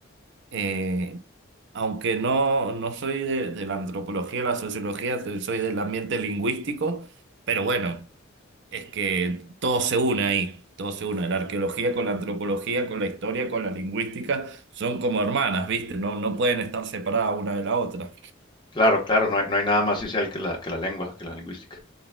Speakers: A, on the right; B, on the left.
A: eh, aunque no, no soy de, de la antropología, la sociología, so- soy del ambiente lingüístico, pero bueno, es que todo se une ahí, todo se une, la arqueología con la antropología, con la historia, con la lingüística, son como hermanas, ¿viste? No, no pueden estar separadas una de la otra.
B: Claro, claro, no hay, no hay nada más social que la, que la lengua, que la lingüística.